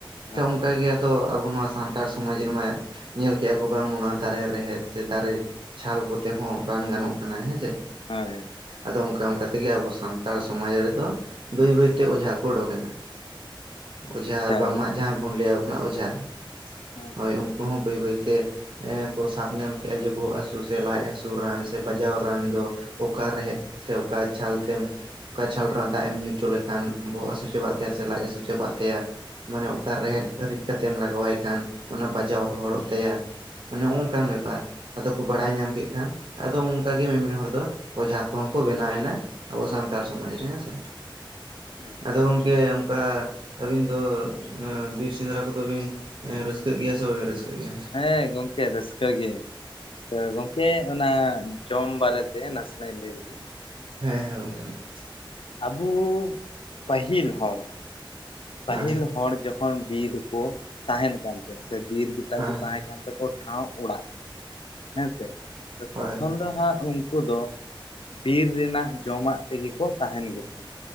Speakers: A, on the left; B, on the right.
A: ᱦᱮᱸ
B: ᱚᱱᱠᱟ ᱜᱮ᱾ ᱛᱚ ᱟᱵᱚ ᱱᱚᱣᱟ ᱥᱟᱱᱛᱟᱲ ᱥᱚᱢᱟᱡᱽ ᱨᱮᱢᱟ ᱧᱮᱞ ᱠᱮᱜᱼᱟ ᱠᱚ ᱵᱟᱝ ᱚᱱᱟ ᱫᱟᱨᱮ ᱨᱮᱦᱮᱫ ᱥᱮ ᱫᱟᱨᱮ ᱪᱷᱟᱞ ᱠᱚᱛᱮ ᱦᱚᱸ ᱨᱟᱱ ᱜᱟᱱᱚᱜ ᱠᱟᱱᱟ᱾ ᱦᱮᱸᱥᱮ?
A: ᱦᱳᱭ᱾
B: ᱟᱫᱚ ᱚᱱᱠᱟ ᱚᱱᱠᱟ ᱛᱮᱜᱮ ᱟᱵᱚ ᱥᱟᱱᱛᱟᱲ ᱥᱚᱢᱟᱡᱽ ᱨᱮᱫᱚ ᱵᱟᱹᱭ ᱵᱟᱹᱭᱛᱮ ᱚᱡᱷᱟ ᱠᱚ ᱩᱰᱩᱠ ᱮᱱᱟ᱾ ᱚᱡᱷᱟ
A: ᱟᱪᱪᱷᱟ
B: ᱵᱟᱝᱢᱟ ᱡᱟᱦᱟᱸᱭ ᱵᱚᱱ ᱞᱟᱹᱭᱟ ᱠᱟᱱᱟ ᱚᱡᱷᱟ,
A: ᱟᱪᱪᱷᱟ
B: ᱦᱳᱭ ᱩᱱᱠᱩ ᱦᱚᱸ ᱵᱟᱹᱭ ᱵᱟᱹᱭᱛᱮᱼᱼ ᱠᱚ ᱥᱟᱵ ᱧᱟᱢ ᱠᱮᱜᱼᱟ ᱡᱮ ᱵᱚᱦᱚᱜ ᱦᱟᱹᱥᱩ ᱥᱮ ᱞᱟᱡ ᱦᱟᱹᱥᱩ ᱨᱟᱱ ᱥᱮ ᱵᱟᱡᱟᱣ ᱨᱟᱱ ᱫᱚᱼᱼ ᱚᱠᱟ ᱨᱮᱦᱮᱫ, ᱥᱮ ᱚᱠᱟ ᱪᱷᱟᱞ, ᱛᱮᱢ ᱚᱠᱟ ᱡᱷᱟᱞ ᱨᱮᱱᱟᱜ ᱫᱟᱜ ᱮᱢ ᱧᱩ ᱪᱚ ᱞᱮᱠᱷᱟᱱ ᱵᱚᱦᱚᱜ ᱦᱟᱹᱥᱩ ᱪᱟᱵᱟᱜ ᱛᱟᱭᱟ, ᱥᱮ ᱞᱟᱡ ᱦᱟᱹᱥᱩ ᱪᱟᱵᱟᱜ ᱛᱟᱭᱟ᱾ ᱢᱟᱱᱮ ᱚᱠᱟ ᱨᱮᱦᱮᱫ ᱨᱤᱫ ᱠᱟᱛᱮᱢ ᱞᱟᱜᱟᱣᱟᱭ ᱠᱷᱟᱱ ᱚᱱᱟ ᱵᱟᱡᱟᱣ ᱨᱚᱦᱚᱲᱚᱜ ᱛᱟᱭᱟ᱾ ᱢᱟᱱᱮ ᱚᱝᱠᱟᱱ ᱵᱮᱯᱟᱨ᱾ ᱟᱫᱚ ᱠᱚ ᱵᱟᱲᱟᱭ ᱧᱟᱢ ᱠᱮᱜ ᱠᱷᱟᱱ ᱟᱫᱚ ᱚᱱᱠᱟ ᱜᱮ ᱢᱤᱢᱤᱫ ᱦᱚᱲ ᱫᱚ ᱚᱡᱷᱟ ᱠᱚᱦᱚᱸ ᱠᱚ ᱵᱮᱱᱟᱣ ᱮᱱᱟ ᱾ ᱟᱵᱚ ᱥᱟᱱᱛᱟᱲ ᱥᱚᱢᱟᱡᱽ ᱨᱮ ᱦᱮᱸᱥᱮ,
A: ᱟᱪᱪᱷᱟ
B: ᱟᱫᱚ ᱜᱚᱝᱠᱮ ᱚᱱᱠᱟ ᱟᱹᱵᱤᱱ ᱫᱚ ᱵᱤᱨ ᱥᱮᱸᱫᱽᱨᱟ ᱠᱚᱫᱚ ᱵᱤᱱ ᱨᱟᱹᱥᱠᱟᱹᱜ ᱜᱮᱭᱟ ᱥᱮ ᱵᱟᱵᱤᱱ ᱨᱟᱹᱥᱠᱟᱹᱜ ᱜᱮᱭᱟ?
A: ᱦᱮᱸ, ᱜᱚᱝᱠᱮ ᱨᱟᱹᱥᱠᱟᱹ ᱜᱮ ᱾ ᱛᱚ ᱜᱚᱝᱠᱮ ᱚᱱᱟ ᱡᱚᱢ ᱵᱟᱨᱮᱛᱮ ᱱᱟᱥᱮᱱᱟᱹᱧ ᱞᱟᱹᱭ ᱞᱮᱜᱮ ᱾
B: ᱦᱮᱸ ᱦᱮᱸ ᱜᱚᱝᱠᱮ ᱾
A: ᱟᱵᱚ ᱯᱟᱹᱦᱤᱞ ᱦᱚᱲ,
B: ᱦᱮᱸ
A: ᱯᱟᱹᱦᱤᱞ ᱦᱚᱲ ᱡᱚᱠᱷᱚᱱ ᱵᱤᱨ ᱨᱮᱠᱚ ᱛᱟᱦᱮᱱ ᱠᱟᱱ ᱛᱟᱦᱮᱸᱫ ᱥᱮ ᱵᱤᱨ ᱜᱮᱛᱟ
B: ᱦᱮᱸ
A: ᱠᱚ ᱛᱟᱦᱮᱸ ᱠᱟᱱ ᱛᱮᱠᱚ ᱴᱷᱟᱶ ᱚᱲᱟᱜ ᱦᱮᱸ ᱥᱮ,
B: ᱦᱳᱭ
A: ᱛᱚᱠᱷᱚᱱ ᱫᱚ ᱦᱟᱸᱜ ᱩᱱᱠᱩ ᱫᱚ ᱵᱤᱨ ᱨᱮᱱᱟᱜ ᱡᱚᱢᱟᱜ ᱛᱮᱜᱮ ᱠᱚ ᱛᱟᱦᱮᱱ ᱜᱮᱛᱮ ᱾